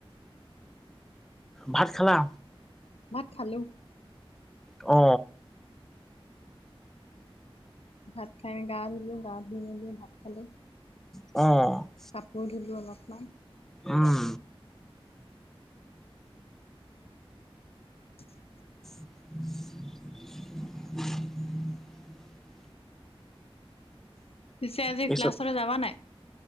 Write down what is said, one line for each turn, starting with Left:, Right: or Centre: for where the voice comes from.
Centre: ভাত খালা।
Left: ভাত খালোঁ।
Centre: অ।
Left: ভাত খাই গা ধুলো, গা ধুই মেলি ভাত খালো।
Centre: অ
Left: কাপোৰ ধুলোঁ অলপমান।
Centre: উম।
Left: <inaudible>
Centre: <unintelligible>
Left: পিছে আজি
Centre: তাৰপিছত
Left: ক্লাছলে যাবা নাই?